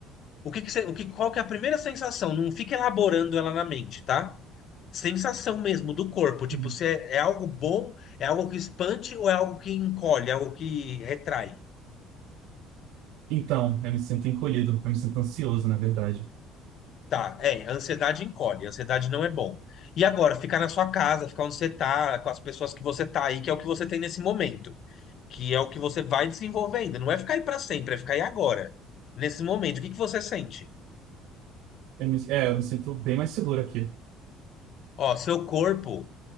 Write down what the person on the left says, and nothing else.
O que que você, o que, qual que é a primeira sensação? Não fica elaborando ela na mente, tá? sensação mesmo do corpo, tipo,
se é, é algo bom, é algo que expande ou é algo que encolhe, é algo que retrai.
Tá, é, a ansiedade encolhe, a ansiedade não é bom. E agora, ficar na sua casa, ficar onde você tá, com as pessoas que você tá aí, que é o que você tem nesse momento, que é o que você vai desenvolvendo, não é ficar aí pra sempre, é ficar aí agora, nesse momento. O que que você sente?
Ó, seu corpo,